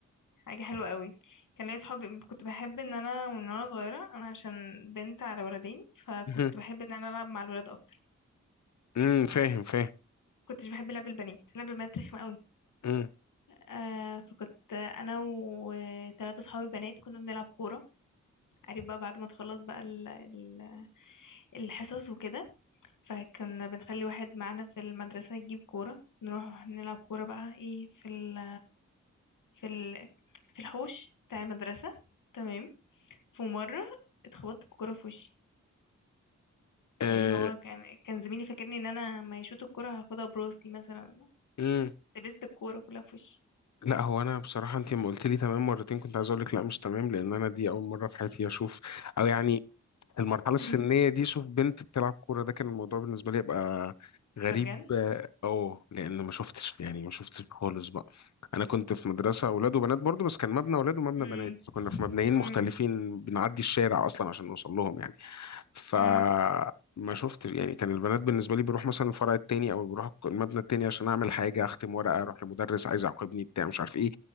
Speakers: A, on the left; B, on the left.
A: حاجة حلوة قوي كان ليا صحابي كنت بحب ان انا من وانا صغيرة انا عشان بنت على ولدين فكنت
B: مهم.
A: بحب ان انا العب مع الولاد اكتر
B: امم فاهم فاهم
A: كنتش بحب لعب البنات لعب البنات رخمة قوي
B: امم
A: آه فكنت انا وثلاثة صحابي بنات كنا بنلعب كورة عارف بقى بعد ما تخلص بقى ال- ال- الحصص وكده فكنا بنخلي واحد معانا في المدرسة يجيب كورة نروح نلعب كورة بقى ايه في ال في ال في الحوش بتاع المدرسة تمام في مرة اتخبطت بكرة في وشي
B: آه،
A: يعني هو كان كان زميلي فاكرني ان انا ما يشوط الكرة هاخدها براسي مثلا
B: امم
A: لبست الكورة كلها في وشي
B: لا هو انا بصراحه انت لما قلت لي تمام مرتين كنت عايز اقول لك لا مش تمام لان انا دي اول مره في حياتي اشوف او يعني المرحلة السنية
A: امم
B: دي شوف بنت بتلعب كورة ده كان الموضوع بالنسبة لي يبقى غريب
A: ده بجد
B: اه آه، لأن ما شفتش يعني ما شفتش خالص بقى أنا كنت في مدرسة أولاد وبنات برضو بس كان مبنى أولاد ومبنى
A: امم
B: بنات فكنا في مبنيين مختلفين
A: امم
B: بنعدي الشارع أصلا عشان نوصل لهم يعني فما
A: امم
B: شفتش يعني كان البنات بالنسبة لي بروح مثلا الفرع التاني أو بروح المبنى التاني عشان أعمل حاجة أختم ورقة أروح لمدرس عايز يعاقبني بتاع مش عارف إيه